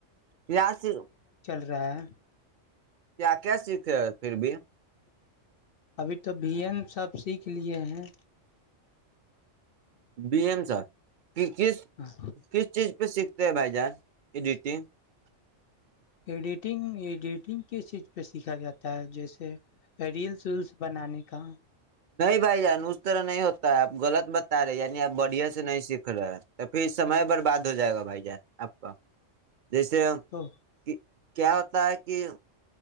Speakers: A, on the right; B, on the left.
A: کلاسز
B: رہا‌ ہے
A: <inaudible> پھر بھی
B: ابھی تو بھیی ہم سب سیکھ لیے ہیں
A: بی ایم سے کس چیز
B: ہاں
A: کس چیز پہ سیکھ ہے بھائی جان <unintelligible>
B: ایڈیٹنگ ایڈیٹنگ کس چیز پہ سیکھا جاتا ہے جیسے ریلس ولس بنانے کا
A: بائی جان طرح نہیں ہوتا ہے آپ غلط مت رہ یعنی آپ بڑھیا سے نہیں سیکھ رہے تو پھر سمے برباد ہو جائے گا بھائی جان آپ کا جیسے
B: تو
A: کہ کیا ہوتا ہے کہ